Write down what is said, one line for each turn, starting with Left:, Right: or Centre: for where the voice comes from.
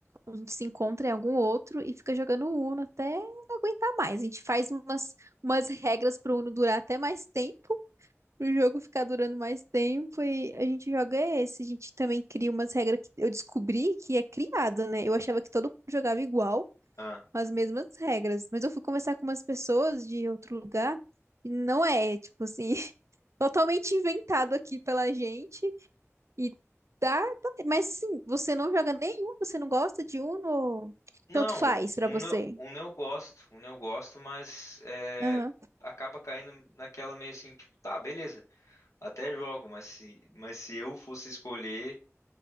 Right: a gente se encontra em algum outro e fica jogando Uno até não aguentar mais. A gente faz umas, umas regras pro Uno durar até mais tempo, pro jogo ficar durando mais tempo e a gente joga esse. A gente também cria umas regras que eu descobri que é criada, né? Eu achava que todo mundo jogava igual
Left: Ah.
Right: com as mesmas regras. Mas eu fui conversar com umas pessoas de outro lugar e não é, tipo assim, <laughs> totalmente inventado aqui pela gente. E tá, tá- mas sim, você não joga nenhum, você não gosta de Uno,
Left: Não,
Right: tanto faz pra
Left: Uno,
Right: você.
Left: eu- Uno eu gosto, Uno eu gosto, mas é,
Right: Aham.
Left: acaba caindo naquela meio assim, tipo, tá, beleza, até jogo, mas se, mas se eu fosse escolher,